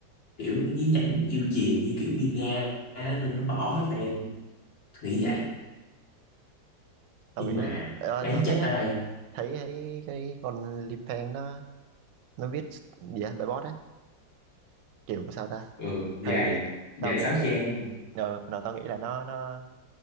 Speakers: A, on the left; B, on the right.
A: kiểu dí nhảnh yêu chiều như kiểu Miên Nga á, nên nó bỏ hết tụi em nghĩ vậy
B: tao
A: nhưng
B: nghĩ
A: mà
B: đấy. Ờ,
A: đáng
B: mà không
A: trách
B: biết đó
A: ở đây
B: thấy thấy cái con Lim Phen nó nó viết gì á, bài bót á kiểu sao ta
A: ừ, dài
B: thấy
A: dài
B: tao nghĩ
A: sáu
B: là-
A: trang luôn.
B: ờ, đầu tao nghĩ là nó nó